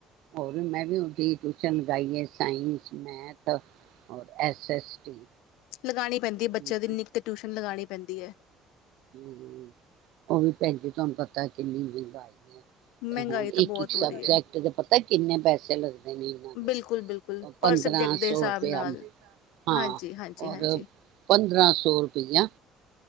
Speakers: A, on the right; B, on the left.
A: ਹੋਰ ਮੈਂ ਵੀ ਉਹਦੀ ਟਊਸ਼ਨ ਲਗਾਈਏ ਸਾਇੰਸ ਮੈਥ ਔਰ ਐਸ ਐੱਸ ਟੀ
B: ਲਗਾਉਣੀ ਪੈਂਦੀ
A: ਲਗਾਣੀ
B: ਹੈ ਬੱਚਿਆਂ ਦੀ ਇਨੀਿਕ ਤੇ ਟਿਊਸ਼ਨ ਲਗਾਉਣੀ ਪੈਂਦੀ ਹੈ
A: ਹਮ ਉਹ ਵੀ ਪੈ ਤੁਹਾਨੂੰ ਪਤਾ ਕਿੰਨੀ ਮਹਿੰਗਾਈ ਹੈ
B: ਮਹਿੰਗਾਈ
A: ਤੇ ਹੁਣ
B: ਤਾਂ
A: ਇੱਕ
B: ਬਹੁਤ
A: ਇੱਕ ਸਬਜੈਕਟ
B: ਹੋ ਰਹੀ ਹੈ
A: ਦੇ ਪਤਾ ਕਿੰਨੇ ਪੈਸੇ ਲੱਗਦੇ ਨੇ ਇਹਨਾਂ ਦੇ
B: ਬਿਲਕੁਲ ਬਿਲਕੁਲ
A: ਪੰਦਰਾਂ
B: ਪਰ ਸਬਜੈਕਟ ਦੇ
A: ਸੌ
B: ਹਿਸਾਬ
A: ਰੁਪਇਆ
B: ਨਾਲ
A: ਹਾਂ
B: ਹਾਂਜੀ ਹਾਂਜੀ ਹਾਂਜੀ
A: ਰ ਪੰਦਰਾਂ ਸੌ ਰੁਪਇਆ